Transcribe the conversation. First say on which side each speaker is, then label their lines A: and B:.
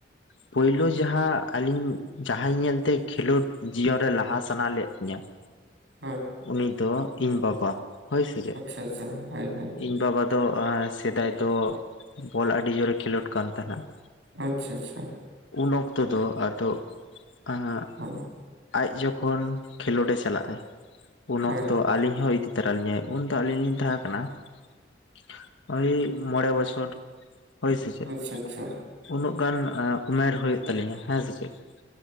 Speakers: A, on the left (about 75°); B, on the right (about 70°).
A: ᱯᱳᱭᱞᱳ ᱡᱟᱦᱟᱸ ᱟᱹᱞᱤᱧ ᱡᱟᱦᱟᱸᱭ ᱧᱮᱞᱛᱮ ᱠᱷᱮᱞᱳᱰ ᱡᱤᱭᱚᱱᱨᱮ ᱞᱟᱦᱟ ᱥᱟᱱᱟ ᱞᱮᱫ ᱞᱤᱧᱟ ᱾ <inaudible>
B: ᱦᱮᱸ
A: ᱩᱱᱤ ᱫᱚ ᱤᱧ ᱵᱟᱵᱟ ᱦᱳᱭ ᱥᱮ ᱪᱮᱜ ᱾
B: ᱟᱪᱪᱷᱟ ᱦᱳᱭ ᱦᱳᱭ ᱾
A: ᱤᱧ ᱵᱟᱵᱟ ᱫᱚ ᱮᱸ ᱥᱮᱫᱟᱭ ᱫᱚ ᱵᱚᱞ ᱟᱹᱰᱤ ᱡᱳᱨᱮ ᱠᱷᱮᱞᱳᱰ ᱠᱟᱱ ᱛᱟᱦᱮᱱᱟ ᱾
B: ᱟᱪᱪᱷᱟ ᱟᱪᱪᱷᱟ ᱾
A: ᱩᱱ ᱚᱠᱛᱚ ᱫᱚ ᱟᱫᱚ <inaudible> ᱟᱸᱜ
B: ᱦᱮᱸ ᱾
A: ᱟᱡ ᱡᱚᱠᱷᱚᱱ ᱠᱷᱮᱞᱳᱰ ᱮ ᱪᱟᱞᱟᱜ-ᱟᱭ ᱩᱱ
B: ᱦᱳᱭ
A: ᱚᱠᱛᱚ ᱟᱞᱤᱧ ᱦᱚᱸ ᱤᱫᱤ ᱩᱛᱟᱹᱨ ᱟᱞᱤᱧᱟᱭ ᱩᱱᱫᱚ ᱫᱚ ᱟᱞᱤᱧ ᱞᱤᱧ ᱛᱟᱦᱮᱸ ᱠᱟᱱᱟ <inaudible> ᱳᱭ ᱢᱚᱬᱮ ᱵᱚᱪᱷᱚᱨ ᱦᱳᱭ ᱥᱮ ᱪᱮᱫ?
B: ᱟᱪᱪᱷᱟ ᱟᱪᱪᱷᱟ
A: ᱩᱱᱟᱹᱜ ᱜᱟᱱ ᱩᱢᱮᱨ ᱦᱩᱭᱩᱜ ᱛᱟᱹᱞᱤᱧᱟ ᱦᱮᱸ ᱥᱮ ᱪᱮᱫ ᱾